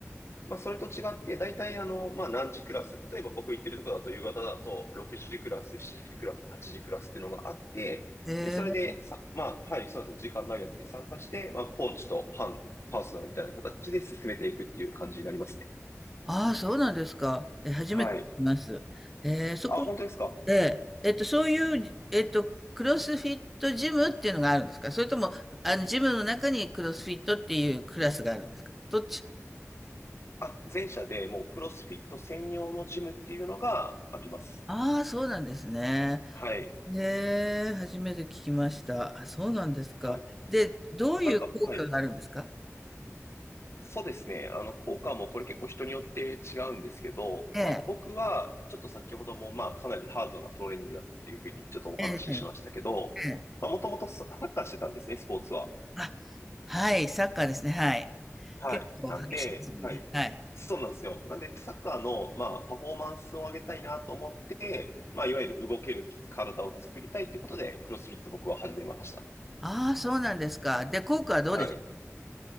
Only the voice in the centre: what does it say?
ええ。
ええ
ああ、そうなんですか。え、初めて聞きます。
えー、そこ
で、えっと、そういう、えっと、クロスフィットジムっていうのがあるんですかそれとも、あの、ジムの中にクロスフィットっていうクラスがあるんですかどっち
ああー、そうなんですね。
で、初めて聞きました。あ、そうなんですか。
で、どういう効果があるんですか
ええ、
ええ、ええ。
あ、はい、サッカーですね。はい。
結構激しいですもんね。
はい。
ああ、そうなんですか。で、効果はどうでし